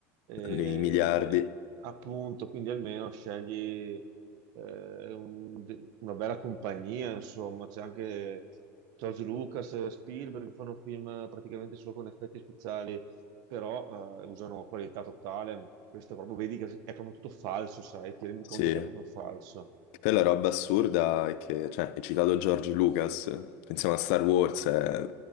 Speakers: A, on the right (about 60°); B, on the left (about 70°).
A: Eh,
B: Nei miliardi,
A: appunto, quindi almeno scegli eh, un- de- una bella compagnia, insomma. C'è anche George Lucas, Spielberg, che fanno film praticamente solo con effetti speciali però eh, usano qualità totale. Questo proprio vedi che è proprio tutto falso, sai, ti rendi
B: sì.
A: conto che è proprio falso.
B: Che poi la roba assurda è che, cioè, hai citato George Lucas, pensiamo a Star Wars, è